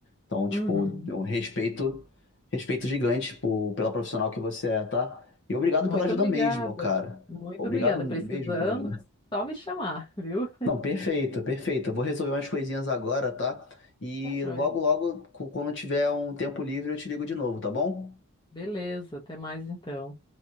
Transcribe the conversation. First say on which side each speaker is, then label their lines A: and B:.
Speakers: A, on the left; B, on the left.
A: Então, tipo,
B: Uhum.
A: um respeito, respeito gigante por, pela profissional que você é, tá? E obrigado
B: Muito
A: pela ajuda
B: obrigada.
A: mesmo, cara.
B: Muito
A: Obrigado
B: obrigada.
A: mesmo
B: Precisando,
A: pela ajuda.
B: é só me chamar, <laughs> viu?
A: Não, perfeito, perfeito. Eu Vou resolver umas coisinhas agora, tá? E
B: Tá joia.
A: logo, logo, cu- quando eu tiver um tempo livre, eu te ligo de novo, tá bom?
B: Beleza, até mais então.